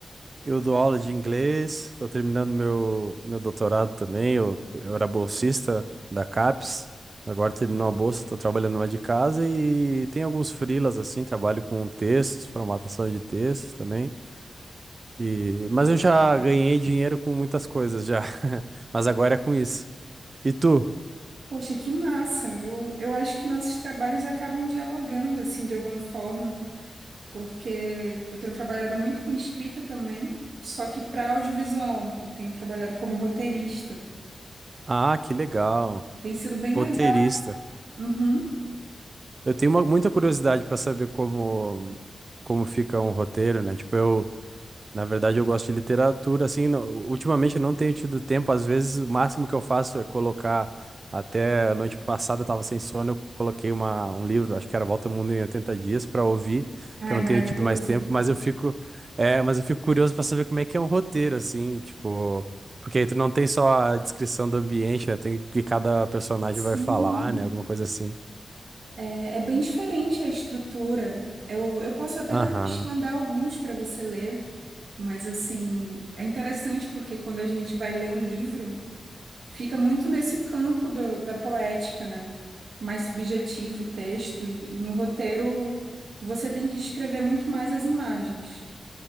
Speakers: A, on the right; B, on the right.
A: eu dou aula de inglês, tô terminando meu, meu doutorado também. Eu, eu era bolsista da CAPES, agora terminou a bolsa, tô trabalhando mais de casa e tem alguns freelas assim, trabalho com textos, formatação de textos também. E... Mas eu já ganhei dinheiro com muitas coisas já. <laughs> Mas agora é com isso. E tu?
B: Poxa, que massa! Eu, eu acho que nossos trabalhos acabam dialogando assim de alguma forma, porque eu tenho trabalhado muito com escrita também, só que para audiovisual. Eu tenho trabalhado como roteirista.
A: Ah, que legal.
B: E tem sido bem
A: Roteirista.
B: legal. Uhum.
A: Eu tenho uma- muita curiosidade para saber como como fica um roteiro, né? Tipo, eu Na verdade, eu gosto de literatura, assim, não- ultimamente eu não tenho tido tempo, às vezes o máximo que eu faço é colocar, até a noite passada eu tava sem sono, eu coloquei uma, um livro, acho que era Volta ao Mundo em 80 Dias, para ouvir,
B: Ai,
A: que eu não
B: maravilhoso.
A: tenho tido mais tempo, mas eu fico, é, mas eu fico curioso para saber como é que é um roteiro, assim, tipo, porque aí tu não tem só a descrição do ambiente, né, tem o que cada personagem
B: Sim,
A: vai falar, né, alguma coisa assim.
B: é, é bem diferente a estrutura. Eu, eu posso até
A: Aham,
B: depois te mandar alguns para você ler, mas assim, é interessante porque quando a gente vai ler um livro, fica muito nesse campo do- da poética, né? Mais subjetivo o texto, e, e no roteiro você tem que descrever muito mais as imagens.